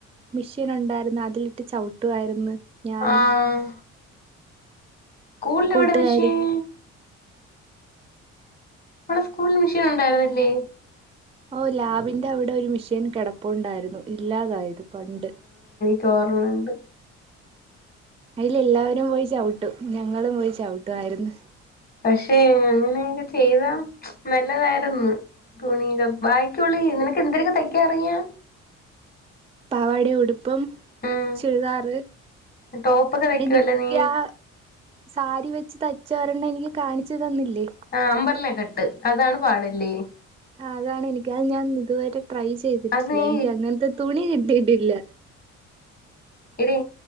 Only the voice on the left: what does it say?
ആഹ് കൂളിൽവിടെ
മെഷ്യൻ? നമ്മളെ സ്കൂളിൽ മെഷ്യൻ ഉണ്ടായിരുന്നല്ലേ?
ക്കൊർമ്മണ്ട്
പക്ഷേ അങ്ങനെയൊക്കെ ചെയ്ത നല്ലതായിരുന്ന്. തുണി ബാക്കക്കോളി നിനക്ക് എന്തരൊക്കെ തയ്ക്കാറങ്ങിയാം?
ഉം
ടോപ്പൊക്കെ തയ്ക്കുവല്ലേ
നീ
ആഹ് അമ്പർല കെട്ട് അതാണ് പാടല്ലേ?
അത് നീ
എഡീ